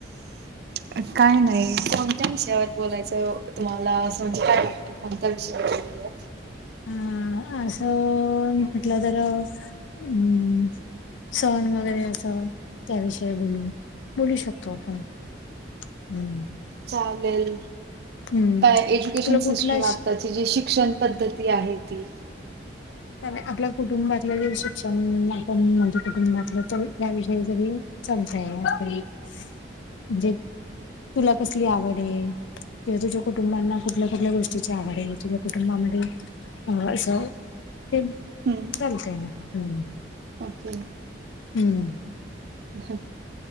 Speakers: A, on the right; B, on the left.
A: अ काय नाही. कोणत्या विषयावर बोलायचं तुम्हाला समज काय वाटत कोणत्या विषयावर बोल.
B: अ असं म्हटलं तर हम्. सण वगैरे असं त्याविषयी बोलून बोलू शकतो आपण. हम्म!
A: चालेल.
B: हम्म
A: काय एज्युकेशन
B: तुला कुठला
A: सिस्टम आताची जी शिक्षण पद्धती आहे ती.
B: त्या आपल्या कुटुंबातलं जे शिक्षण आपण म्हणजे, कुटुंबातलं त्याविषयी जरी चालतय म्हणजे, तुला कसली आवड आहे. किंवा तुझ्या कुटुंबांना कुठल्या-कुठल्या गोष्टीची आवड आहे, तुझ्या कुटुंबामध्ये असं. हम
A: हम्म
B: तेलते ना हम्म
A: ओके.
B: हम्म
A: हम